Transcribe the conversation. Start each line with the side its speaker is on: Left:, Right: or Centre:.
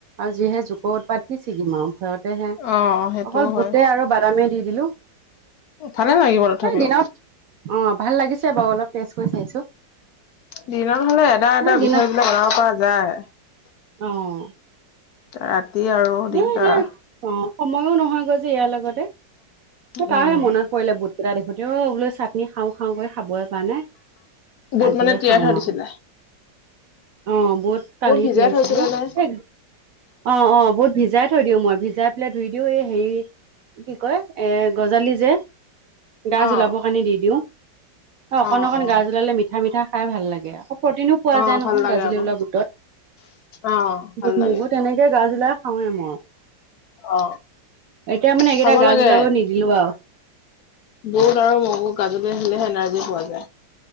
Right: আৰু যিহে জোকৰ উৎপাত কি ছিঙিম আৰু ভয়তে হেই,
Left: অ সেইটোও
Right: অকল
Left: হয়
Right: বুতে আৰু বাদামে দি দিলো।
Left: ভালে লাগিব তথাপিও
Right: এই দিনত, অ' ভাল লাগিছে বাৰু অলপ টেষ্ট কৰি চাইছো।
Left: দিনত হ'লে এটা এটা
Right: এই দিনত
Left: বিচাৰি পেলাই বনাব পৰা যায়।
Right: অ'।
Left: ৰাতি আৰু দিগদাৰ।
Right: এ এতিয়া অ' সময়ো নহয় গৈ যে ইয়াৰ লগত। তাৰহে
Left: উম
Right: মনত পৰিলে বুট কেইটা দেখোতে, অ' বোলে চাটনি খাওঁ খাওঁ কে খাবই পৰা নাই।
Left: বুট
Right: আজিয়ে
Left: মানে তিয়াই
Right: খাওঁ
Left: থৈ
Right: আৰু।
Left: দিছিলে
Right: অ বুট কালি
Left: ভিজাই
Right: তিয়াইছিলো
Left: থৈছিলে নে
Right: এ অ অ বুট ভিজাই থৈ দিওঁ মই ভিজাই পেলাই ধুই দিওঁ এই হেৰি কি কয় এ গজালি যে
Left: অ',
Right: গাজ ওলাব কাৰণে দি দিওঁ অ
Left: অ',
Right: অকন অকন
Left: অ',
Right: গাজ ওলালে মিঠা মিঠা খাই ভাল লাগে আও প্ৰটিনো পোৱা
Left: অ',
Right: যায় নহয়
Left: ভাল লাগে
Right: গাজলি
Left: আকৌ
Right: ওলা বুটত
Left: অ', ভাল
Right: বুট
Left: লাগে
Right: মগুত তেনেকে গাজ ওলা খাওঁয়ে মই
Left: অ',
Right: এতিয়া মানে এইকেইটা
Left: খাব
Right: গাজ
Left: লাগে
Right: ওলাব নিদিলো আৰু
Left: বুট আৰু মগু গাজুুলি আহিলেহে এনাৰ্জি পোৱা যায়